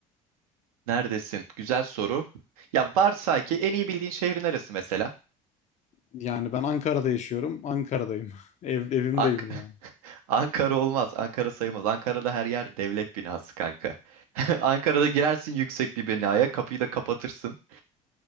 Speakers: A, on the right; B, on the left.
A: Neredesin? Güzel soru. Ya varsay ki en iyi bildiğin şehrin neresi mesela?
B: Yani ben Ankara'da yaşıyorum. Ankara'dayım. <laughs> Ev, evimdeyim
A: Ank <laughs>
B: yani.
A: Ankara olmaz. Ankara sayılmaz. Ankara'da her yer devlet binası kanka. <laughs> Ankara'da girersin yüksek bir binaya, kapıyı da kapatırsın.